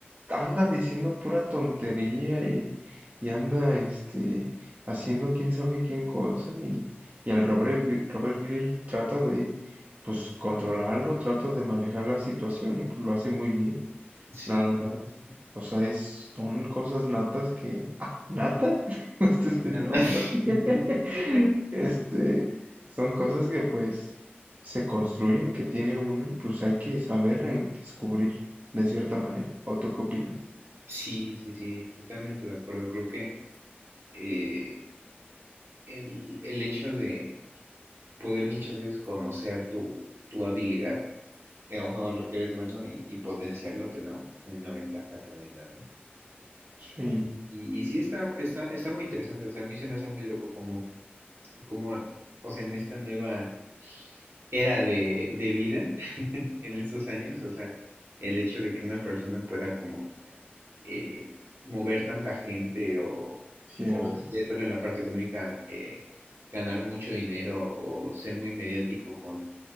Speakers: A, on the right; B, on the right.
A: anda diciendo pura tontería y, y anda este, haciendo quién sabe quién cosa y, y al Robert, Gri- Robert Grill trata de pues controlarlo, trata de manejar la situación y pues lo hace muy bien,
B: sí,
A: la verdad.
B: sí, sí.
A: O sea, es, son cosas natas que... Ah, ¿nata? <laughs> Me gusta ese
B: Nata-
A: nombre. <laughs>
B: <laughs>
A: Este, son cosas que pues se construyen, que tiene uno y pues hay que saber en- descubrir de cierta manera. ¿O tú qué opinas?
B: Sí, sí, sí, totalmente de acuerdo. Creo que eh, el, el hecho de, poder muchas veces conocer tu, tu habilidad eh, o lo que eres bueno y, y potenciarlo te da un- una ventaja tremenda, ¿no?
A: Sí,
B: Y, y- y sí está, está, está muy interesante, o sea, a mí se me hace muy loco como, como, o sea, en esta nueva era de, de vida, <laughs> en estos años, o sea, el hecho de que una persona pueda como eh, mover tanta gente o,
A: cierto,
B: o si quieres verlo en la parte económica, eh, ganar mucho dinero o ser muy mediático con,